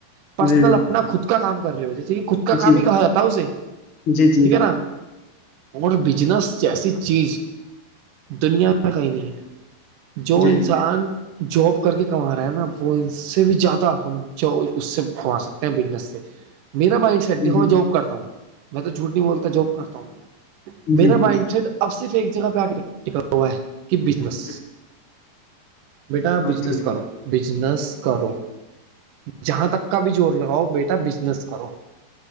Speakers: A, on the right; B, on the left.
A: پرسنل
B: جی
A: اپنا خود کا کام کر رہے ہو جی ج خود کا
B: جی
A: کام ہی کہا جاتا اسے ٹھیک
B: جی جی جی
A: ہے نا اور بجنس جیسی چیز دنیا میں کہیں نہیں ہے
B: جی
A: جو انسان
B: جی
A: جاب کر کے کما رہا ہے نا وہ ان سے بھی زیادہ ہم جو اس سے بکواس ہیں بزنس سے میرا مائنڈ دیکھو
B: جی
A: میں جاب کرتا ہوں میں تو جھوٹ نہیں بولتا جاب کرتا ہوں
B: جی
A: میرا
B: جی
A: مائنڈ سیٹ اب صرف ایک جگہ پہ آ ٹکا ہوا ہے کہ بزنس
B: جی
A: بیٹا
B: ہاں
A: بزنس
B: جی
A: کرو بزنس کرو جہاں تک کا بھی زور لگاؤ بیٹا بزنس کرو